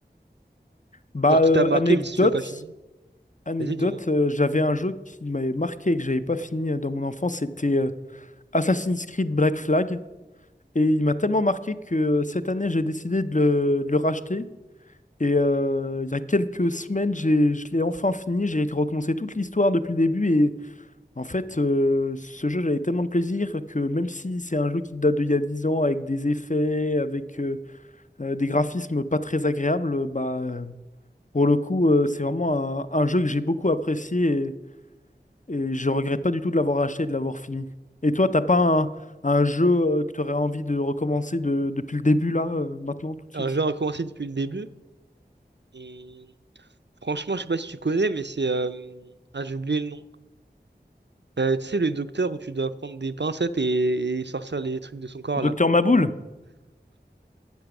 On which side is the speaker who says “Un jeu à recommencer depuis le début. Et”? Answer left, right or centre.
Right